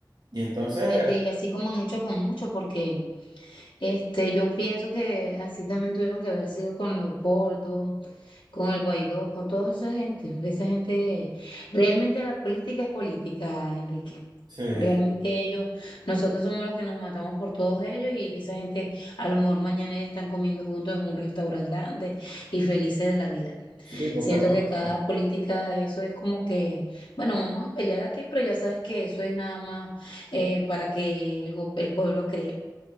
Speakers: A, on the right; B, on the left.
A: Y entonces,
B: y vete. Y así como han hecho con muchos, porque... Este, yo pienso que así también tuvieron que haber sido con Leopoldo, con el Guaidó, con toda esa gente. Esa gente, realmente la política es política, Enrique.
A: sí,
B: Realmente ellos, nosotros somos los que nos matamos por todos ellos y esa gente a lo mejor mañana ya están comiendo juntos en un restaurante grande y felices de la vida.
A: sí, lo
B: Siento
A: que ha pasado.
B: que cada política, eso es como que, bueno, vamos a pelear aquí, pero ya sabes que eso es nada más eh, para que el, go- el pueblo crea.